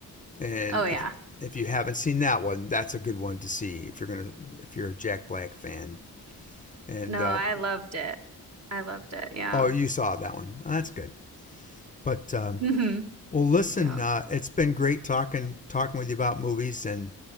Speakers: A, on the left; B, on the right.
A: And
B: Oh yeah.
A: if if you haven't seen that one, that's a good one to see if you're gonna if you're a Jack Black fan. And
B: No, I
A: uh,
B: loved it. I loved it. Yeah.
A: oh, you saw that one. Well, that's good. But um,
B: hmm
A: well, listen,
B: Yeah.
A: uh, it's been great talking talking with you about movies, and